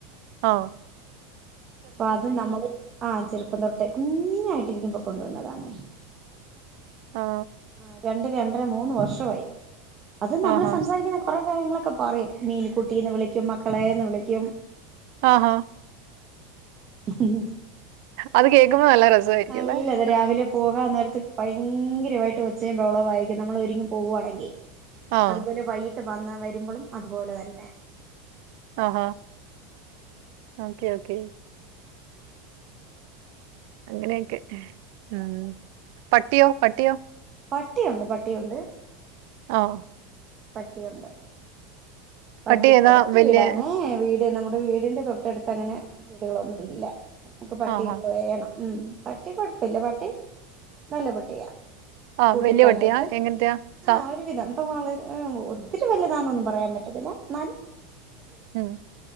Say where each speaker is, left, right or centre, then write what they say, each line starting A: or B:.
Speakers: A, on the right; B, on the right.
A: ആ
B: അപ്പൊ അത് നമ്മള് ആ ചെറുപ്പം തൊട്ടേ കുഞ്ഞായിട്ടിരിക്കുമ്പൊ കൊണ്ടുവന്നതാന്നെ
A: ആ
B: ആ രണ്ട് രണ്ടര മൂന്ന് വർഷവായി അത് നമ്മൾ
A: ആഹാ
B: സംസാരിക്കുന്ന കൊറെ കാര്യങ്ങളൊ ക്കെ പറയും മീനുകുട്ടീന്ന് വിളിക്കും മക്കളെന്ന് വിളിക്കും
A: ആ ആ
B: ഉം
A: അത് കേക്കുമ്പോ നല്ല രസമായിരിക്കുംല്ലേ
B: നല്ലത് രാവിലെ
A: ആഹ്
B: പോകാം നേര്ത്ത് ഭയങ്കരമായിട്ട് ഉച്ചയും ബവളവമായിരിക്കും നമ്മൾ ഒരുങ്ങ പോകുവാണെങ്കിൽ
A: ആഹ്
B: അതുപോലെ വൈ വന്ന് വരുമ്പോളും അതുപോലെ തന്നെ.
A: ആഹഹാ ഓക്കെ ഓക്കെ.
B: <unintelligible>
A: അങ്ങനെയൊക്കെ ഉം പട്ടിയോ പട്ടിയോ?
B: പട്ടിയുണ്ട് പട്ടിയുണ്ട്.
A: ആഹ,
B: പട്ടിയുണ്ട് പട്ടിക്ക്
A: പട്ടി ഏതാ
B: ഒറ്റ
A: വല്യ
B: വീടാന്നേ വീട് നമ്മ നമ്മുടെ വീടിൻ്റെ തൊട്ടടുത്ത് അങ്ങനെ വീടുകളൊന്നും ഇല്ല നമുക്ക് പട്ടി
A: ആഹാ
B: വേണം. ഉം പട്ടി കുഴപ്പെല്ല പട്ടി നല്ല പട്ടിയ.
A: ആഹ്
B: കൂട്ടി
A: വല്യ
B: തന്നൊയിട്ട്
A: പട്ടിയാ എങ്ങനത്തെയാ
B: ആ
A: സ
B: ഒരുവിധം. വര് ഒത്തിരി വലുതാണെന്നും പറയാൻ പറ്റത്തില്ല. എന്നാൽ
A: ഉം